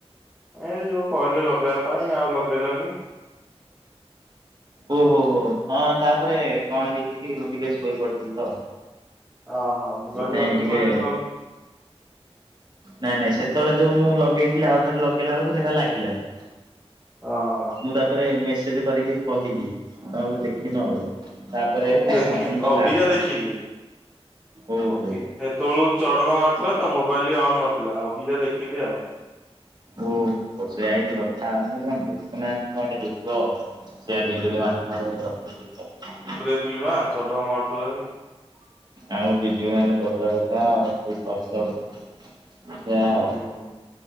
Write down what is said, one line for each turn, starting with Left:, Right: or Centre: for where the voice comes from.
Centre: ଏ ଯୋଉ କହିଲେ ଲଗେଇବା ପାଇଁ ଆଉ ଲଗେଇଲନି
Right: ଓହୋ ହୋ ହଁ ତାପରେ କଣ ହେଇଛି କି ମୁଁ ଟିକେ ଶୋଇପଡିଥିଲି ତ
Centre: ଓହଁ ମୁଁ
Right: ସେଥିପାଇଁ
Centre: କହିଲି ମତେ
Right: ଟିକେ
Centre: ପଟା କହିଲି
Right: ନାଇଁ ନାଇଁ ସେତେବେଳେ ଯୋ ମୁଁ ଲଗେଇଥିଲି ଆଉ ଥରେ ଲଗେଇଲା ବେଳକୁ ସେଇଟା ଲାଗିଲାନି
Centre: ଓହୋ!
Right: ମୁଁ ତାପରେ ମେସେଜ କରିକି କହିଲି ତମେ ଦେଖିନ ଆଉ। ତାପରେ
Centre: ହଉ ମୁଁ ଦେଖେ
Right: କହିଲି
Centre: ଅବିକା
Right: ଲାଗୁ
Centre: ଦେଖିଲି
Right: ଓହୋ
Centre: ଅବି ସେତେବେଳକୁ ଚଡକ ମାରୁଥିଲା ତ ମୋବାଇଲ ବି ଅନ୍ ନଥିଲା ଅବିକା ଦେଖିଲି ଆଉ।
Right: ଓହୋ! ସେଇଆ ହେଇଛି କଥା ମୁଁ କହିଲି କଣ ଦେଖୁନାହାନ୍ତି କଣ ଗୋଟେ ହେଇଥିବ ଆଉ ସେଇଆ ବିଜୁଳି ମାରୁଥିଲା
Centre: ଥିଲି ବା ଚଡ଼କୁ ମାରୁଥିଲେ
Right: ଆଉ ବିଜୁଳି ମାଇଲେ କରିଦବା କଥା ଆଉ ଫସଲ ସେଇଆ ଆଉ
Centre: ହୁଁ।